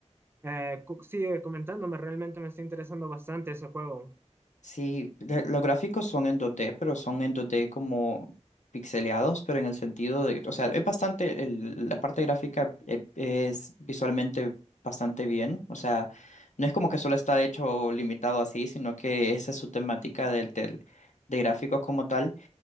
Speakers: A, on the right (about 20°); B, on the left (about 75°).
A: Eh, cu- sigue comentándome, realmente me está interesando bastante ese juego.
B: sí, le- los gráficos son en dos d pero son en dos d como pixeleados, pero en el sentido de, o sea, es bastante, el- la parte gráfica eh, es visualmente bastante bien, o sea, no es como que solo está hecho limitado así, sino que esa es su temática del, del- de gráficos como tal.